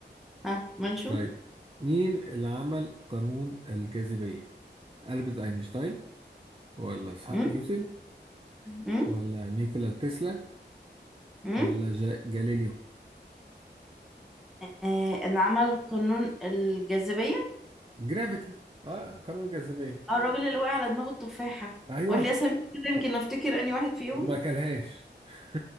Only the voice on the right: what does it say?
طيب مين اللي عمل قانون الجاذبية ألبرت أينشتاين ولا إسحاق
نيوتن
ولا نيكولا تسلا
ولا جا- جاليليو
جرافيتي اه قانون الجاذبية
ايوه
و-
وما كلهاش <laughs>